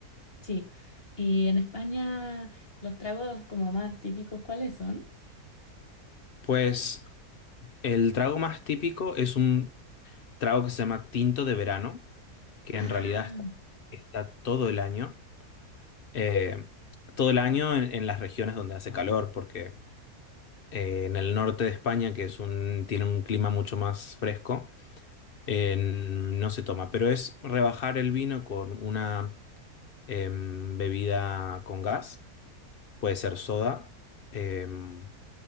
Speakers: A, on the left; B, on the left.
A: sí. Y en España, los tragos como más típicos, ¿cuáles son?
B: Pues el trago más típico es un trago que se llama tinto de verano, que
A: Ah,
B: en realidad está todo el año, eh, todo el año en, en las regiones donde hace calor, porque eh, en el norte de España, que es un, tiene un clima mucho más fresco, eh, no se toma, pero es rebajar el vino con una em, bebida con gas, puede ser soda, em,